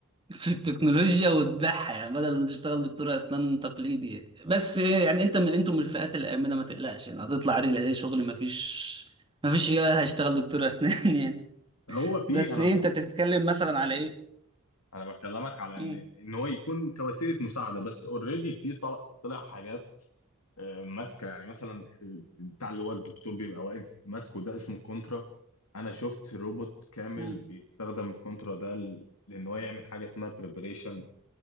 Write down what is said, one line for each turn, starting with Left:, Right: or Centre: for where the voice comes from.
Right: في التكنولوجيا وتبيعها يعني بدل ما تشتغل دكتور اسنان تقليدي يعني. بس يعني انت من انتم من الفئات الامنه ما تقلقش يعني هتطلع عادي اي شغل ما فيش ما فيش ايه هشتغل دكتور اسنان <laughs> يعني
Left: هو في
Right: بس
Left: انا
Right: ايه انت بتتكلم مثلا على ايه
Left: انا بكلمك على
Right: مم.
Left: ان ان هو يكون كوسيله مساعده بس اوريدي في طلع طلع حاجات آه، ماسكه يعني مثلا بتاع اللي هو الدكتور بيبقى واقف ماسكه ده اسمه كونترا انا شفت روبوت كامل
Right: مم.
Left: بيستخدم الكونترا ده ل- لان هو يعمل حاجه اسمها بريبريشن